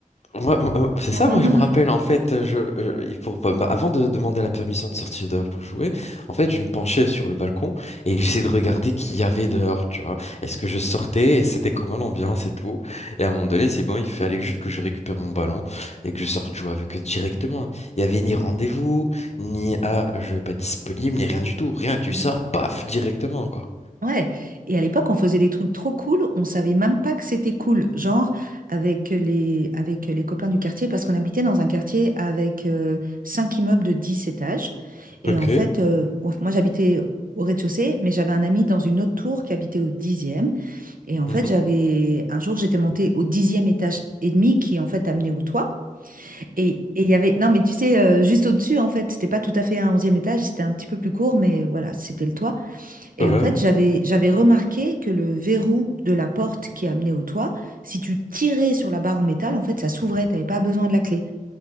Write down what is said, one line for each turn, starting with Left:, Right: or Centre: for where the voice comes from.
Left: Moi- moi, euh, c'est
Right: Mhm.
Left: ça, moi je me rappelle en fait, euh, je, euh, il faut pas- bah, avant de demander la permission de sortir dehors pour jouer, en fait je me penchais sur le balcon et j'essayais de regarder qu'il y avait dehors, tu vois. Est-ce que je sortais et c'était comment l'ambiance et tout. Et à un moment donné, c'est bon, il fallait juste que je récupère mon ballon et que je sorte jouer avec eux directement. Il n'y avait ni rendez-vous, ni ah, je vais pas disponible, ni rien du tout, rien, tu sors,
Right: Mm.
Left: paf, directement quoi.
Right: Ouais, et à l'époque, on faisait des trucs trop cool, on savait même pas que c'était cool, genre avec les, avec les copains du quartier, parce qu'on habitait dans un quartier avec euh, cinq immeubles de 10 étages. Et
Left: Ok.
Right: en fait, euh, moi moi, j'habitais au rez-de-chaussée, mais j'avais un ami dans une autre tour qui habitait au dixième. Et en
Left: Mhm.
Right: fait, j'avais un jour, j'étais montée au dixième étage et demi, qui en fait amenait au toit. Et et il y avait, non, mais tu sais, euh, juste au-dessus, en fait, c'était pas tout à fait un onzième étage, c'était un petit peu plus court, mais voilà, c'était le toit. Et
Left: Ouais.
Right: en fait, j'avais j'avais remarqué que le verrou de la porte qui amenait au toit, si tu tirais sur la barre en métal, en fait, ça s'ouvrait, t'avais pas besoin de la clé.